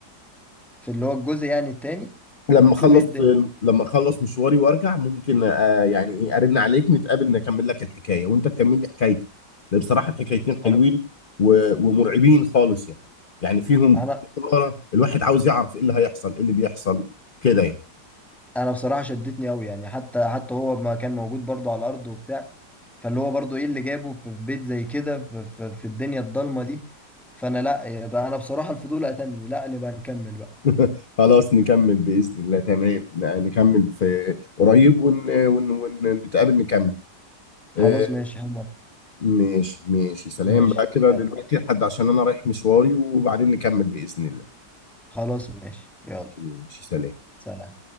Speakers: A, in the centre; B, on the left.
A: في اللي هو الجزء يعني التاني
B: لما
A: ونشوف
B: اخلص
A: ايه الدنيا
B: لما اخلص مشواري وارجع ممكن آه يعني ايه ارن عليك نتقابل نكمل لك الحكايه وانت تكمل لي حكايتك لأن بصراحه الحكايتين
A: خلاص
B: حلوين و- ومرعبين خالص يعني يعني فيهم
A: انا
B: إثارة الواحد عاوز يعرف ايه اللي هيحصل ايه اللي بيحصل كده يعني
A: انا بصراحة شدتني قوي يعني حتى حتى هو ما كان موجود برضو على الارض وبتاع فاللي هو برضو ايه اللي جابه في بيت زي كده في, في, في الدنيا الضلمة دي فانا لا يبقى انا بصراحة الفضول قتلني لا نبقى نكمل بقى
B: <laughs> خلاص نكمل باذن الله تمام نكمل في قريب ونتقابل ون... ون... ون- نتقابل نكمل
A: خلاص
B: آه،
A: ماشي حلو
B: ماشي ماشي سلام
A: ماشي
B: بقى كده
A: يلا
B: دلوقتي لحد عشان انا رايح مشواري وبعدين نكمل بإذن الله
A: خلاص ماشي يلا
B: ماشي سلام
A: سلام